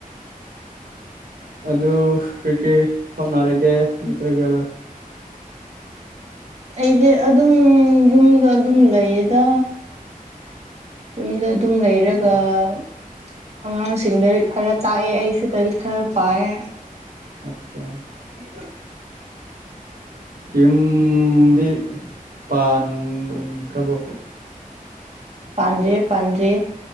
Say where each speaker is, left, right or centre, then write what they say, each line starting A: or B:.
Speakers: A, on the right; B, on the right.
A: ꯑꯗꯨ ꯀꯔꯤ ꯀꯔꯤ ꯍꯣꯠꯅꯔꯒꯦ ꯅꯠꯇ꯭ꯔꯒ
B: ꯑꯩꯗꯤ ꯑꯗꯨꯝ ꯌꯨꯝꯗ ꯑꯗꯨꯝ ꯂꯩꯌꯦꯗ ꯌꯨꯝꯗ ꯑꯗꯨꯝ ꯂꯩꯔꯒ ꯑꯉꯥꯡꯁꯤꯡꯗꯗꯤ ꯈꯔ ꯇꯥꯛꯑꯦ ꯑꯩꯁꯨꯗꯗꯤ ꯈꯔ ꯄꯥꯏꯌꯦ
A: ꯑꯆꯥ
B: ꯎ <unintelligible> <inaudible>
A: ꯌꯨꯝꯗꯤ ꯄꯥꯟꯈ꯭ꯔꯕꯣ
B: ꯄꯟꯗꯔ꯭ꯤ ꯄꯥꯟꯗꯔ꯭ꯤ